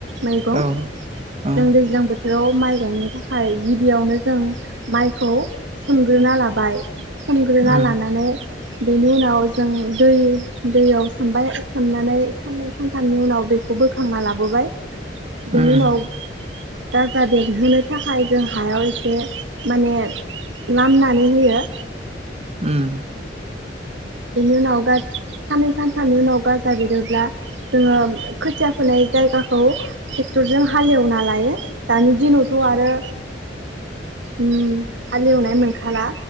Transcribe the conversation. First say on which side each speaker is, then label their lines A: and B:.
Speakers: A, on the right; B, on the right.
A: मैगं
B: औ औ
A: जों दैज्लां बो थोराव माइ गायनो थाखाय गिबियावनो जों माइखौ सोमग्रोना लाबाय। सोमग्रोना
B: उम
A: लानानै बेनि उनाव जों दै दैयाव सोमबाय सोमनानै साननै सानथामनि उनाव बेखौ बोखांना लाबोबाय।
B: उम
A: बेनि उनाव गाजा बेरहोनो थाखाय जों हायाव एसे माने लामनानै होयो।
B: उम।
A: बेनि उनाव गा साननै सानथामनि उनाव गाजा बेरोब्ला जोङो खोथिया फोनाय जायगाखौ ट्रेक्टरजों हालेवना लायो दानि दिनावथ' आरो उम हालेवनाय मोनखाला।